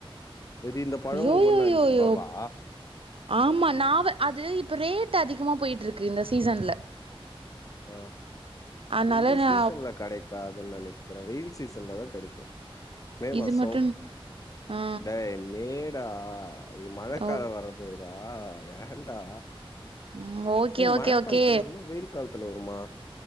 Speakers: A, on the left; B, on the right.
A: எது இந்த பழோ
B: யோயோயோயோ
A: உனக்கு ஒண்ணு அஞ்சு ருபாவா
B: ஆமா நாவ அது இப்ப ரேட் அதிகமா போயிட்டு இருக்கு இந்த சீசன்ல
A: அ
B: அதனால
A: இந்த
B: நா
A: சீசன்ல கெடைக்காதுன்னு நெனக்கிற வெயில் சீசன்ல தா கெடைக்கு மே மாசோ
B: இது மட்டு ஆ
A: டைம் மேடா மழக்காலோ
B: ஓ
A: வர போதுடா ஏன்டா
B: ம் ஓகே
A: ஏ
B: ஓகே
A: மழ
B: ஓகே
A: காலத்துல வருமா வெயில் காலத்துல வருமா